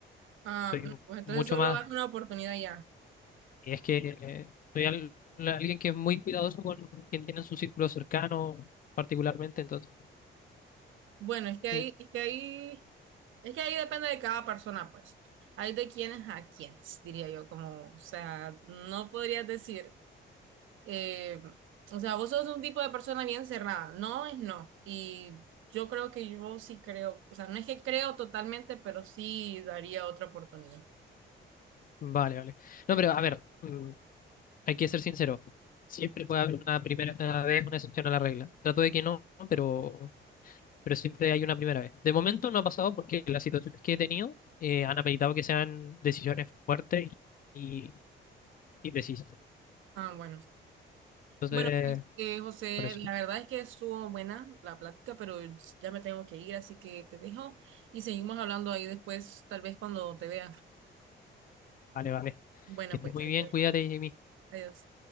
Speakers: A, on the right; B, on the left.
A: Ah,
B: Soy
A: no, pues entonces
B: mucho
A: solo
B: más...
A: das una oportunidad ya.
B: Y es que eh, soy al- alguien que es muy cuidadoso con quien tiene en su círculo cercano, particularmente, entonces...
A: Bueno, es que ahí,
B: mm,
A: es que ahí, es que ahí depende de cada persona, pues. Hay de quienes a quienes, diría yo, como, o sea, no podrías decir, eh, o sea, vos sos un tipo de persona bien cerrada, no es no. Y yo creo que yo sí creo, o sea, no es que creo totalmente, pero sí daría otra oportunidad.
B: Vale, vale. No, pero a ver, mm, Hay que ser sincero. Siempre puede haber una primera vez, una excepción a la regla. Trato de que no, pero, pero siempre hay una primera vez. De momento no ha pasado porque las situaciones que he tenido eh, han ameritado que sean decisiones fuertes y, y precisas.
A: Ah, bueno.
B: Entonces,
A: Bueno, este, José,
B: por eso.
A: la verdad es que estuvo buena la plática, pero ya me tengo que ir, así que te dejo y seguimos hablando ahí después, tal vez cuando te vea.
B: Vale, vale.
A: Bueno,
B: Que estés
A: pues,
B: muy
A: adiós.
B: bien, cuídate, Jimmy.
A: Adiós.